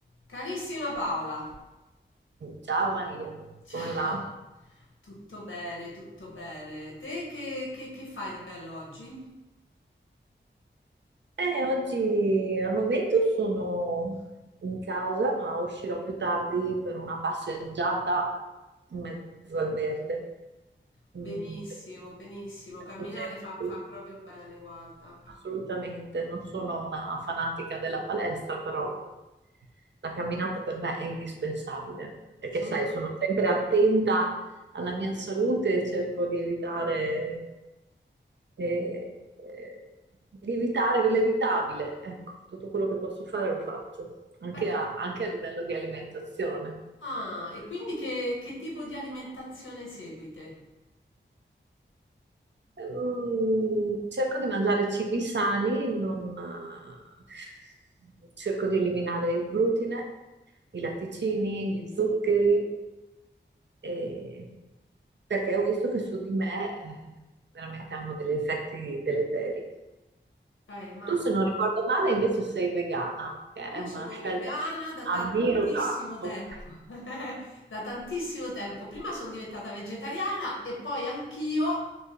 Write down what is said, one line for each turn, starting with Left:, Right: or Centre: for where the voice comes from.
Left: Carissima Paola,
Right: Ciao Maria,
Left: ciao,
Right: come va?
Left: tutto bene, tutto bene. Te che, che- che fai di bello oggi?
Right: Eh, oggi al momento sono in casa, ma uscirò più tardi per una passeggiata in mezzo al verde.
Left: Benissimo,
Right: Mm,
Left: benissimo,
Right: cerco
Left: camminare
Right: sempre-
Left: fa, fa proprio bene, guarda.
Right: Assolutamente, non sono una fanatica della palestra, però la camminata per me è indispensabile, perché
Left: Son
Right: sai,
Left: da-
Right: sono sempre attenta alla mia salute e cerco di evitare, eh, eh, di evitare l'evitabile. Ecco, tutto quello che posso fare lo faccio, anche
Left: Beh,
Right: a
Left: cam-
Right: anche a livello di alimentazione.
Left: ah, e quindi che, che tipo di alimentazione seguite?
Right: Mm, cerco di mangiare cibi sani, non, eh, cerco di eliminare il glutine, i latticini, gli zuccheri, e- perché ho visto che su di me, eh, veramente hanno degli effetti deleteri.
Left: Eh, immagino.
Right: Tu, se non ricordo male, invece sei vegana, che
Left: Io
Right: è una
Left: sono
Right: scelta
Left: vegana
Right: che
Left: da
Right: ammiro
Left: tantissimo
Right: tanto.
Left: tempo, <laughs> da tantissimo tempo. Prima sono diventata vegetariana e poi anch'io,